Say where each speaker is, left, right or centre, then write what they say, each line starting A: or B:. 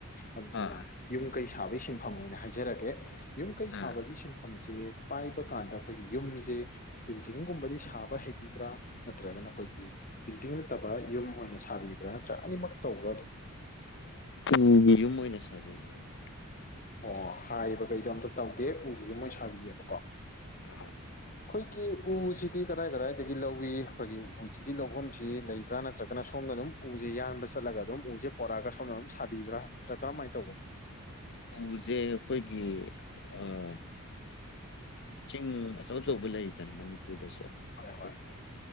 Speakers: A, on the left; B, on the left.
A: ꯑꯗꯨꯅ
B: ꯑꯥ
A: ꯌꯨꯝ ꯀꯩ ꯁꯥꯕꯒꯤ ꯁꯤꯟꯐꯝ ꯑꯣꯏꯅ ꯍꯥꯏꯖꯔꯒꯦ ꯌꯨꯝ ꯀꯩ ꯁꯥꯕꯒꯤ
B: ꯑꯥ
A: ꯁꯤꯟ ꯐꯝꯁꯦ ꯄꯥꯏꯕ ꯀꯥꯟꯗ ꯑꯈꯣꯏꯒꯤ ꯌꯨꯝꯖꯦ ꯕꯤꯜꯗꯤꯡꯒꯨꯝꯕꯗꯤ ꯁꯥꯕ ꯍꯩꯕꯤꯕ꯭ꯔꯥ ꯅꯠꯇ꯭ꯔꯒꯅ ꯑꯈꯣꯏꯒꯤ ꯕꯤꯜꯗꯤꯡ ꯅꯠꯇꯕ ꯌꯨꯝ ꯑꯣꯏꯅ ꯁꯥꯕꯤꯕ꯭ꯔꯥ ꯅꯠꯇ꯭ꯔꯥ ꯑꯅꯤꯃꯛ ꯇꯧꯕ꯭ꯔꯥ ꯑꯗꯨꯝ
B: ꯎꯒꯤ ꯌꯨꯝ ꯑꯣꯏꯅ ꯁꯥꯖꯩꯌꯦ ꯑꯩꯖꯦ
A: ꯑꯣ ꯍꯥꯏꯔꯤꯕꯒꯩꯗꯣ ꯑꯝꯇ ꯇꯧꯗꯦ ꯎꯒꯤ ꯌꯨꯝ ꯑꯣꯏ ꯁꯥꯕꯤꯌꯦꯕꯀꯣ
B: <unintelligible>
A: ꯈꯣꯏꯒꯤ ꯎꯁꯤꯗꯤ ꯀꯗꯥꯏ ꯀꯗꯥꯏꯗꯒꯤ ꯂꯧꯋꯤ ꯑꯈꯣꯏꯒꯤ ꯎꯖꯤꯒꯤ ꯂꯧꯕꯝꯖꯤ ꯂꯩꯕ꯭ꯔꯥ ꯅꯠꯇ꯭ꯔꯒꯅ ꯁꯣꯝꯅ ꯑꯗꯨꯝ ꯎꯖꯤ ꯌꯥꯟꯕ ꯆꯠꯂꯒ ꯑꯗꯨꯝ ꯎꯖꯤ ꯄꯣꯔꯛꯑꯒ ꯁꯣꯝꯅ ꯑꯗꯨꯝ ꯁꯥꯕꯤꯕ꯭ꯔꯥ ꯅꯠꯇ꯭ꯔꯥ ꯀꯔꯝꯃꯥꯏ ꯇꯧꯕꯅꯣ
B: ꯎꯖꯦ ꯑꯩꯈꯣꯏꯒꯤ ꯑꯥ ꯆꯤꯡ ꯑꯆꯧ ꯑꯆꯧꯕ ꯂꯩꯔꯤꯗꯅ ꯃꯅꯤꯄꯨꯔꯗꯁꯨ
A: ꯍꯣꯏ
B: ꯑꯈꯣꯏꯒꯤ
A: ꯍꯣꯏ